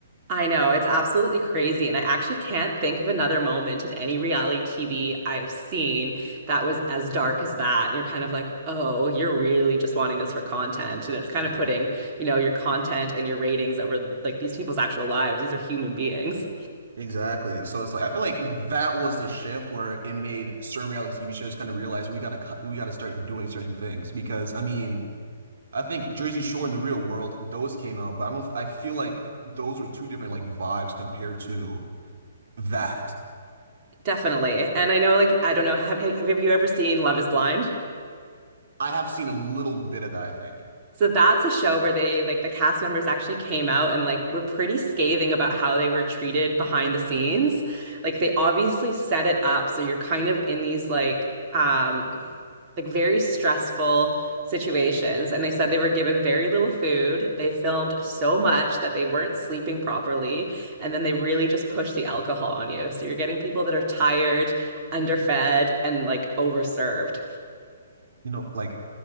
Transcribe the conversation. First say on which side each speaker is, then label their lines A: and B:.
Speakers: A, on the right; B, on the right.
A: I know, it's absolutely crazy. And I actually can't think of another moment in any reality TV I've seen that was as dark as that. And you're kind of like, oh, you're really just wanting this for content. And it's kind
B: E-
A: of putting, you know, your content and your ratings over like these people's actual lives. These are human beings.
B: Exactly. So it's like I feel like that was the shift where it made certain reality TV shows kind of realize we gotta cut, we gotta start doing certain things because I mean I think Jersey Shore in the real world those came out, but I don't I feel like those are two different like vibes compared to that.
A: Definitely. And I know, like, I don't know, have, have you ever seen Love is Blind?
B: I have seen a little bit of that, I think.
A: So that's a show where they like the cast members actually came out and like were pretty scathing about how they were treated behind the scenes. Like they obviously set it up so you're kind of in these like um like very stressful situations and they said they were given very little food. They filmed so much that they weren't sleeping properly and then they really just push the alcohol on you. So you're getting people that are tired, underfed and like overserved.
B: You know, like